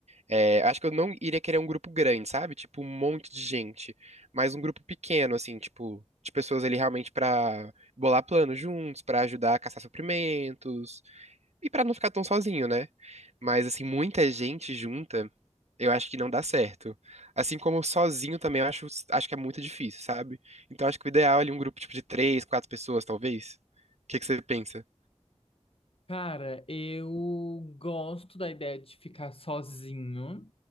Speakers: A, on the right; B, on the left.
A: É, acho que eu não iria querer um grupo grande, sabe? Tipo, um monte de gente. Mas um grupo pequeno, assim, tipo, de pessoas ali realmente pra bolar planos juntos, pra ajudar a caçar suprimentos e pra não ficar tão sozinho, né? Mas, assim, muita gente junta, eu acho que não dá certo. Assim como sozinho também, eu acho, acho que é muito difícil, sabe? Então, acho que o ideal é ali um grupo, tipo, de três, quatro pessoas, talvez. O que que você pensa?
B: Cara, eu gosto da ideia de ficar sozinho,